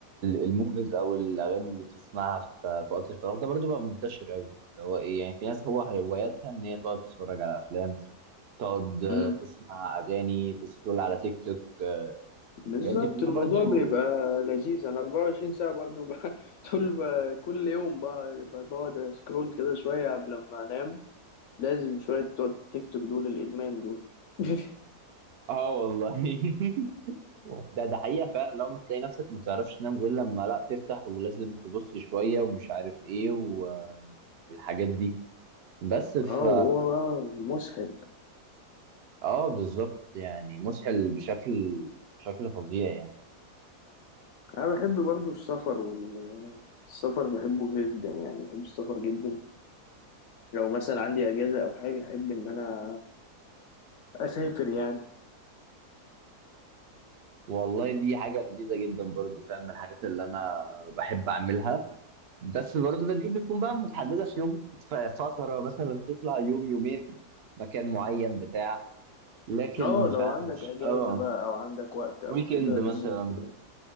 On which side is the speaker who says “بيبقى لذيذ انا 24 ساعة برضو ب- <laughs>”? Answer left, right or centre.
Left